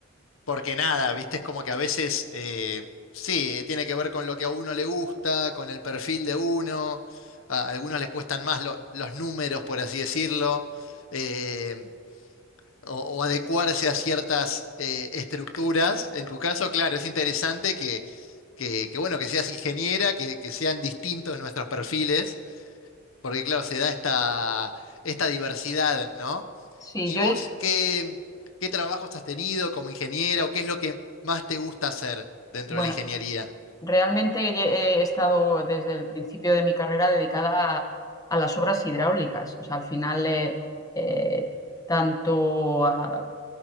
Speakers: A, on the left (about 85°); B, on the left (about 20°).
A: porque nada, ¿viste? Es como que a veces, eh, sí, tiene que ver con lo que a uno le gusta, con el perfil de uno, a algunos les cuestan más lo- los números, por así decirlo. eh, o, o adecuarse a ciertas eh, estructuras. En tu caso, claro, es interesante que, que, que, bueno, que seas ingeniera, que, que sean distintos nuestros perfiles, porque claro, se da esta, esta diversidad, ¿no?
B: sí,
A: ¿Y
B: yo,
A: vos qué, qué trabajos has tenido como ingeniera o qué es lo que más te gusta hacer dentro
B: bueno,
A: de la ingeniería?
B: Realmente he estado desde el principio de mi carrera dedicada a, a las obras hidráulicas. O sea, al final, eh, eh, tanto a-